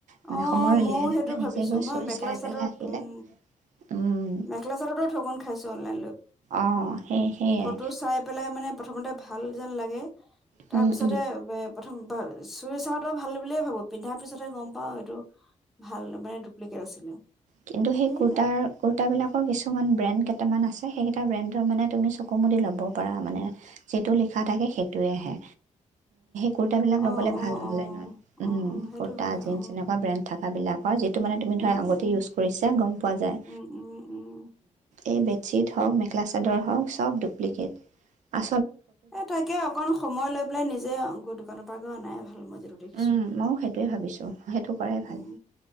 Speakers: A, on the right; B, in the centre.
A: মানে
B: অ
A: সময়
B: অ
A: উলিয়াই
B: মইো
A: লৈ
B: সেইটো
A: পেলাই নিজে
B: ভাবিছো
A: গৈ
B: মই
A: চুই
B: মেখেলা
A: চাই পেলাই
B: চাদৰত
A: আহিলে
B: উম।
A: উম,
B: মেখেল চাৰৰ ৰতো ঠগন খাইছে। লৈ
A: অ', সেই সেয়াই
B: ফটো চাই পেলাই মানে। পদমতে ভাল যেন লাগে। তাৰ
A: অঁ
B: পিছতে। প্ৰথম চুই চওঁটো ভাল বুলিয়েই ভাবোঁ। পিন্ধাৰ পিছতহে গম পাওঁ এইটো ভাল মানে ডুপ্লিকেট আছিলে
A: কিন্তু সেই
B: সেয়াই।
A: কুৰ্তাৰ কুৰ্তাবিলাকৰ কিছুমান ব্ৰেণ্ড কেইটামান আছে সেইকেইটা ব্ৰেণ্ডৰ মানে তুমি চকু মুদি ল'ব পাৰা মানে যিটো লিখা থাকে সেইটোৱে আহে। কুৰ্তাবিলাক ল'বলে
B: অ
A: ভাল
B: অ
A: অনলাইনত
B: অ
A: উম।
B: অ অ সেইটো
A: ক
B: হয়
A: জ
B: অ
A: এনে ব্ৰড। থাকাবিলাক। হয় যিটো মানে তুমি ধৰা
B: উম
A: আগতেই
B: উম
A: ইউজ কৰিছা গম পোৱা যায়।
B: উম উম উম
A: এই বেডশ্বীট হওক মেখেলা চাদৰ হওক চব ডুপ্লিকেট আ।
B: এ তাকে অকন সময় লৈ পেলাই নিজে গ দোকানৰ পৰা গৈ অনাই ভাল মই। যিটো দেখিছো
A: উম ময়ো সেইটোয়ে ভাবিছো সেইটো কৰাই ভাল
B: উম